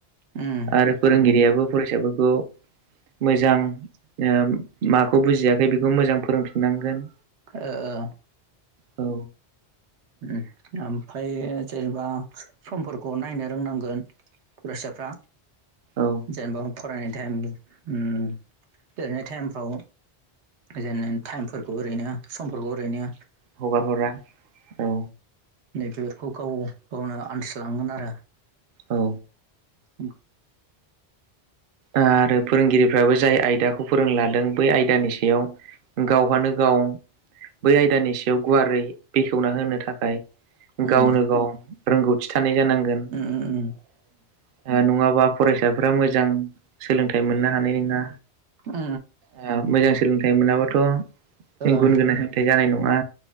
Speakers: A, on the right; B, on the right.
A: उम
B: आरो फोरोंगिरियाबो
A: उम
B: फरायसाफोरखौ मोजां योम माखौ बुजियाखै बेखौ मोजां फोरोंफिननांगोन।
A: ओ ओ।
B: औ।
A: उम ओमफ्राय जेनेबा समफोरखौ नायनो रोंनांगोन। फुरायसाफ्रा
B: औ
A: जेनेबा फरायनाय टाइम ओम लिरेनाय टाइमफ्राव जेन टाइमफोरखौ ओरैनो समफोरखौ ओरैनो
B: हगार हरा औ।
A: नै बेेफोरखौ गाव गावनो आनसलांगोन आरो।
B: औ।
A: उम।
B: ओयो फोरोंगिरिफ्राबो जाय आयदाखौ फोरोंलादों बै आयदानि सायाव गावहानो गाव बै आयदानि सायाव गुवारै बेखेवना होनो थाखाय
A: उम
B: गावनो गाव रोंगौथि थानाय जानांगोन ओ
A: उम
B: नङा बा फरायसाफोरा मोजां सोलोंथाइ मोननो हानाय ना
A: उम
B: ओयो मोजां सोलोंथाइ मोनाबाथ'
A: ओ
B: इन गुन गोनां साोलोंथाय जानाय नङा।